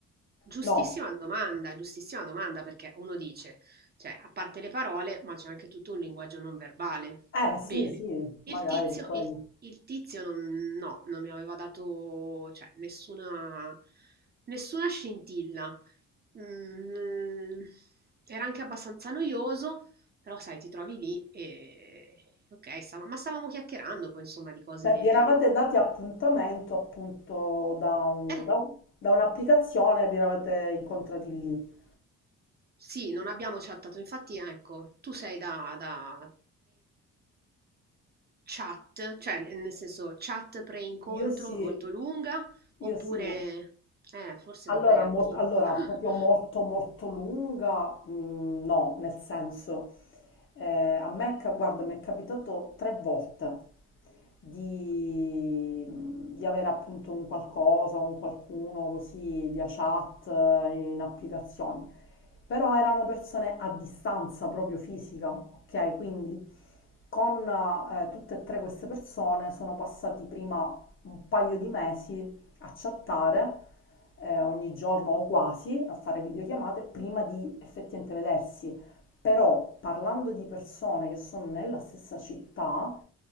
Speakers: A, on the right (about 35°); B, on the left (about 40°).
A: Giustissima
B: No,
A: domanda, giustissima domanda, perché uno dice, cioè, a parte le parole, ma c'è anche tutto un linguaggio non verbale.
B: eh sì,
A: Bene,
B: sì,
A: il
B: magari
A: tizio,
B: è quello.
A: il, il tizio non, no, non mi aveva dato, cioè, nessuna, nessuna scintilla. Mm, era anche abbastanza noioso, però sai, ti trovi lì e... Ok, stava- ma stavamo chiacchierando poi, insomma, di cose...
B: Cioè, vi eravate dati appuntamento appunto da un-
A: Eh?
B: da un- da un'applicazione, vi eravate incontrati lì.
A: Sì, non abbiamo chattato, infatti ecco, tu sei da, da pre-chat, cioè nel senso chat pre-incontro
B: Io sì,
A: molto lunga,
B: io
A: oppure...
B: sì.
A: Eh, forse
B: Allora,
A: dovrei anch'io.
B: mol- allora,
A: <laughs>
B: proprio molto molto lunga, mm, no, nel senso, Eh, a me, ca- guarda, mi è capitato tre volte di, di avere appunto un qualcosa, un qualcuno così via chat, eh, in applicazioni, però erano persone a distanza proprio fisica, ok? Quindi con eh, tutte e tre queste persone sono passati prima un paio di mesi a chattare eh, ogni giorno o quasi, a fare videochiamate prima di effettivamente vedersi. Però parlando di persone che sono nella stessa città,